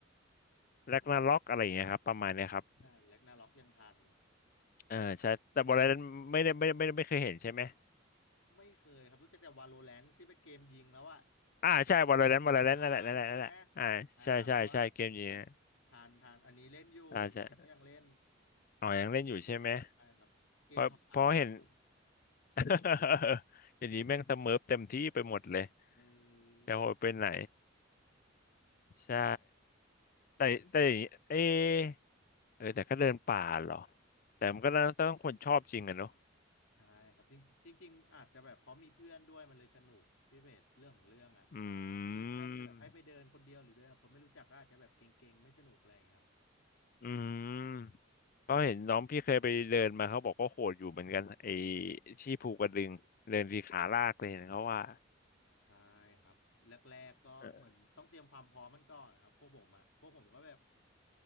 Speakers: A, on the left; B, on the left.
A: Ragnarok
B: อืม
A: อะไรอย่างเงี้ยครับประมาณเนี้ยครับ
B: อ่าแร็กนาร็อกยังทัน
A: เออใช่แต่ Valorant ไม่ได้ไม่ได้ไม่ได้ไม่เคยเห็นใช่ไหม
B: ไม่เคยครับรู้จักแต่ Valorant ที่เป็นเกมยิงแล้วอะ
A: อ่าใช่ Valorant Valorant
B: อ่าใช่ไหมฮะ
A: นั่นแหละนั่นแหละนั่นแหละอ่าใช่ใช่ใช่เกมนี้นะ
B: อ่าแปลว่าอันทานทานอันนี้เล่นอยู่ทุกคนก็ยังเล่น
A: อ่าใช่อ๋อยังเล่นอยู่ใช่ไหม
B: ใช่ครับเกมผ่านความสุข
A: เพราะเพราะเห็น <laughs> อย่างนี้แม่งสเมิร์ฟเต็มที่ไปหมดเลย
B: เออ
A: จะโหดไปไหน
B: อืม
A: ใช่แต่แต่อย่างนี้เอะเออแต่ก็เดินป่าเหรอแต่มันก็ต้องคนชอบจริงอะเนาะ
B: ใช่ครับจริงจริงๆอาจจะแบบเพราะมีเพื่อนด้วยมันเลยสนุกพี่เบสเรื่องของเรื่องอะถ้าไม่มีเพื่อนได้แบบให้ไปเดินคนเดียวหรือเดินกับคนไม่รู้จักก็อาจจะแบบเก่งๆไม่สนุกอะไรอย่างเงี้ยครับ
A: อืมอื
B: อืม
A: มก็เห็นน้องพี่เคยไปเดินมาเขาบอกก็โหดอยู่เหมือนกันไอ้
B: ใช่
A: ที่ภูกระดึงเดินทีขาลากเลยเห็นเขาว่า
B: ใช่ครับแรกๆก็เหมือนต้องเตรียมความพร้อมมันก่อนนะครับพวกผมอะพวกผมก็แบบ
A: เออ